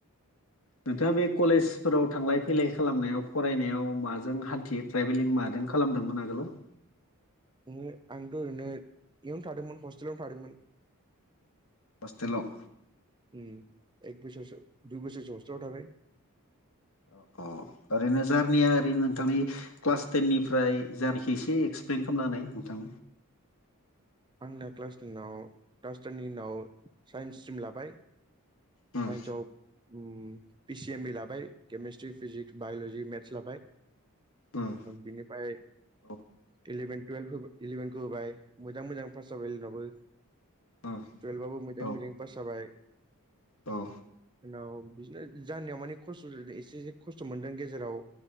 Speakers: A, on the left; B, on the right.
A: नोंथाङा बे कलेजफोराव थांलाय फैलाय खालामनायाव फरायनायाव माजों हान्थियो ट्रेभेलिं मादों खालामदोंमोन आगोलाव
B: नोङो आंथ' ओरैनो इयावनो थादोंमोन हस्टेलावनो थादोंमोन।
A: हस्टेलाव
B: उम एक बोसोरसो दुय बोसोरसो हसतेलाव थाबाय।
A: अ अ। ओरैनो जारनिया ओरैनो नोंथांनि क्लास टेननिफ्राय जारनिखौ एसे एक्सप्लइेन खालामना होनाय नोंथां।
B: <inaudible> आंना क्लास तेनाव क्लास टेननि उनाव साइन्स स्ट्रिम लाबाय
A: उम
B: सायनस आव उम पिसि एम इ लाबाय केमेस्ट्रि फिजिक्स बायल'जि मेथ्स लाबाय
A: उम
B: बिनिफ्राय
A: औ
B: इलिभेन टुवेल्भ इलेभेनखौ होबाय मोजां मोजां पास जाबाय इलेभेनावबो
A: उम
B: टुयेल्भ‌‌ आवबो मोजांयै
A: औ
B: मोजां पास जाबाय
A: औ
B: उनाव बिदिनो जानायाव माने खस्थ' एसे एसे खस्थ' मोनदों गेजेराव